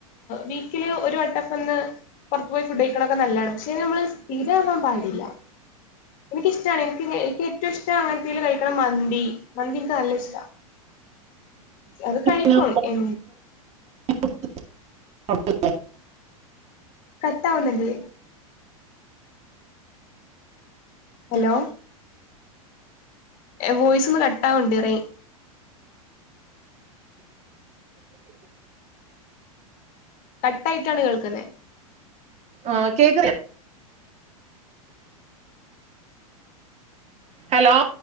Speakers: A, on the left; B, on the right.
A: വീക്കില് ഒരു വട്ടക്കൊന്ന് പുറത്ത് പോയി ഫുഡ് കഴിക്കണൊക്കെ നല്ലതാണ് പക്ഷെ നമ്മൾ സ്ഥീരാവാൻ പാടില്ല. എനിക്ക് ഇഷ്ടാണ് എനിക്ക് എനിക്ക് ഏറ്റവും ഇഷ്ട അങ്ങനെയുള്ള കഴി മന്തി മന്തി ഇൻക്ക് നല്ല ഇഷ്ട അത് കഴിക്കും
B: ഹലോ
A: എ
B: <inaudible>
A: കട്ടാവുന്നുണ്ട് ഹലോ വോയിസ് ഒന്ന് കട്ടാവുണ്ട് റെയ് കട്ടായിട്ടാണ് കേൾക്കുന്നെ
B: ആഹ് കേക്ക് ഹലോ